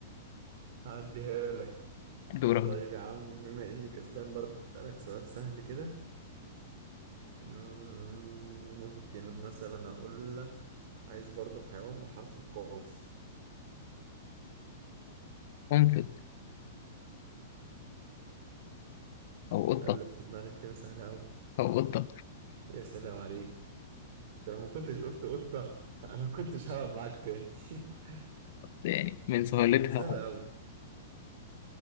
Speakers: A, on the right (about 50°); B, on the left (about 55°).
A: هعديها لك
B: دورك
A: طيب يا عم بما اني كسبان برضه اسألك سؤال سهل كده مم، ممكن مثلا اقول لك عايز برضو حيوان بحرف القاف
B: قنفذ او قطه
A: قلب في دماغك كده سهل قوي
B: او قطه
A: يا سلام عليك ده لو ما كنتش قلت قطة <laughs> انا ما كنتش هلعب معاك تاني <laughs>
B: يعني من سهولتها
A: دي سهلة قوي